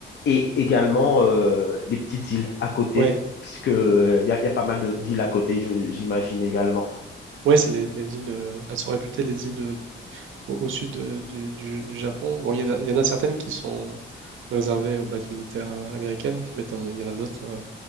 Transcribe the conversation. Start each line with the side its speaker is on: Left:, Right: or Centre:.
Left: et également euh, les petites îles à côté,
Right: Ouais,
Left: puisque euh, il y a, y a pas mal de- d'îles à côté, je- j'imagine également.
Right: Oui, c'est les, les îles, euh, elles sont réputées les îles de- au, au sud de- du, du- du Japon. Bon, il y en a, il y en a certaines qui sont réservées aux bases militaires euh, américaines, mais t'en- il y en a d'autres euh,